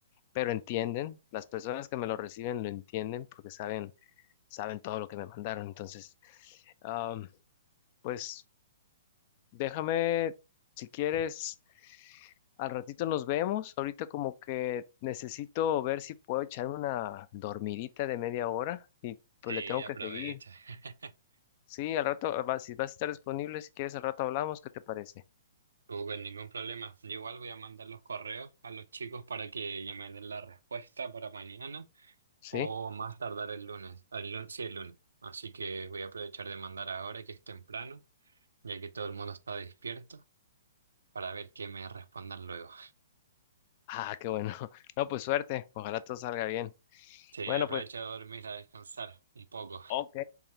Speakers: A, on the left; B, on the right.
A: pero entienden, las personas que me lo reciben lo entienden porque saben, saben todo lo que me mandaron. Entonces, am, pues déjame, si quieres, al ratito nos vemos. Ahorita como que necesito ver si puedo echarme una dormidita de media hora y pues
B: Y
A: le tengo
B: aprovecha.
A: que seguir.
B: <laughs>
A: Sí, al rato, va- si vas a estar disponible, si quieres, al rato hablamos, ¿qué te parece?
B: Tú con ningún problema. Yo igual voy a mandar los correos a los chicos para que ya me den la respuesta para mañana
A: ¿Sí?
B: o más tardar el lunes. El lunes, sí, el lunes. Así que voy a aprovechar de mandar ahora que es temprano, ya que todo el mundo está despierto, para ver qué me respondan luego.
A: Ah, qué bueno. <laughs> No, pues suerte, ojalá todo salga bien.
B: Sí,
A: Bueno,
B: aprovecha
A: pues,
B: de dormir, a descansar un poco.
A: ok.